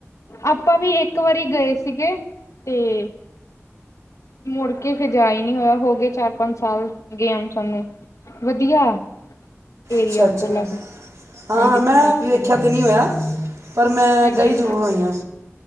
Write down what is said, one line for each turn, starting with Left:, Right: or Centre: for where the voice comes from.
Left: ਆਪਾਂ ਵੀ ਇੱਕ ਵਾਰੀ ਗਏ ਸੀਗੇ, ਤੇ ਮੁੜ ਕੇ ਫਿਰ ਜਾ ਹੀ ਨਹੀ ਹੋਇਆ ਹੋਗੇ ਚਾਰ ਪੰਜ ਸਾਲ ਗਿਆ ਨੂੰ ਸਾਨੂੰ, ਵਧੀਆ। ਏਰੀਆ
Right: ਅੱਛਾ ਅੱਛਾ
Left: ਉਧਰਲਾ ਵੀ
Right: ਹਾਂ
Left: ਹਾਂਜੀ
Right: ਮੈਂ
Left: ਘੁੰਮਣ ਫਿਰਨ,
Right: ਵੇਖਿਆ ਤਾਂ ਨਹੀਂ ਹੋਇਆ ਪਰ ਮੈਂ
Left: ਹਾਂਜੀ।
Right: ਗਈ ਜ਼ਰੂਰ ਹੋਈ ਹਾਂ